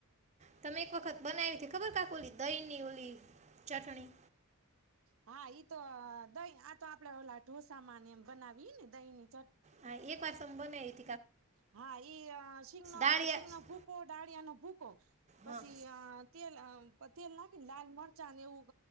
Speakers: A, on the right; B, on the right.
A: તમે એક વખત બનાવીતી ખબર કાક ઓલી દહી ની ઓલી ચટણી.
B: હા ઈ તો દહી આ તો આપડે ઓલા ઢોસા માનેમ બનાવી ને દહી ની
A: હા એક વાર તમ બનાઈવી
B: હા ઈ અ શિંગ નો
A: દાળિયા
B: શિંગ નો ભૂકો, ડાળીયાનો ભૂકો પછી
A: હા
B: અ તેલ તેલ નાખીને લાલ મરચાને એવું